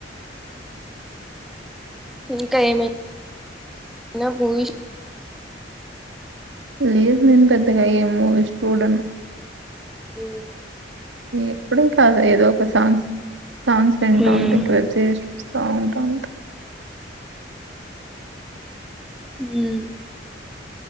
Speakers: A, in the centre; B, on the right.
A: ఇంకా ఏమైనా మూవీస్
B: లేదు్ నేను పెద్దగా ఏ మూవీస్ చూడను
A: ఉ
B: ఎప్పుడం కాదు ఏదో ఒక సాంగ్స్ సాంగ్స్ వింటా
A: ఉమ్
B: ఉంటాయి ఇంకా వెబ్ సిరీస్ చూస్తా ఉంటా ఉంటా
A: హ్మ్